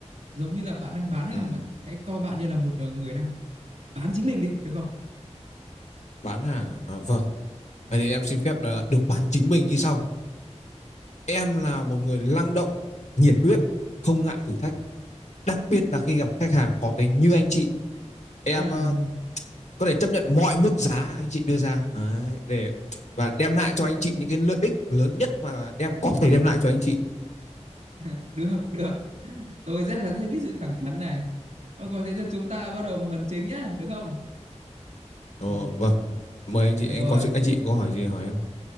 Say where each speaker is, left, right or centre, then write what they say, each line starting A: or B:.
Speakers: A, on the right; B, on the left.
A: Giống như là bạn đang bán hàng
B: Ừm,
A: vậy. Hãy coi bạn như là một ờ, người đang bán chính mình đi, được không?
B: bán hàng à? À, vâng. Vậy thì em xin phép là được bán chính mình như sau. Em là một người năng động, nhiệt huyết, không ngại thử thách, đặc biệt là khi gặp khách hàng khó tính như anh chị. Em
A: À,
B: ờ, có thể chấp nhận mọi mức giá anh chị đưa ra Đấy, để và đem lại cho anh chị những cái lợi ích lớn nhất mà em có thể đem lại cho anh chị
A: <laughs> được được tôi rất là thích cái sự thẳng thắn này Ờ, Rồi thế giờ chúng ta bắt đầu vào phần chính nhá được không
B: Ồ,
A: ừ
B: vâng mời anh chị
A: được
B: em
A: rồi
B: có sự anh chị có hỏi gì hỏi em